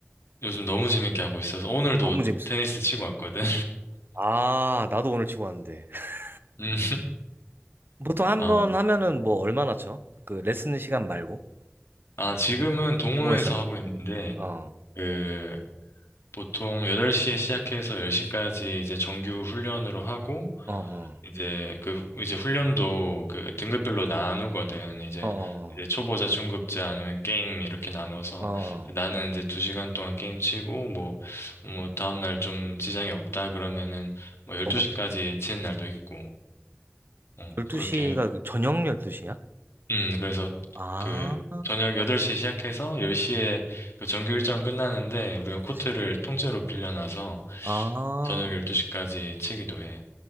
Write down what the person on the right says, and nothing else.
아, 너무 재밌어.
아, 나도 오늘 치고 왔는데. <laughs>
보통 한
번 하면은 뭐 얼마나 쳐? 그 레슨 시간 말고?
동호회사람 음.
끼리.
어,
어, 어,
어,
어, 어. 어.
너
12시가
저녁 12시야?
아,
그치, 그치.
아,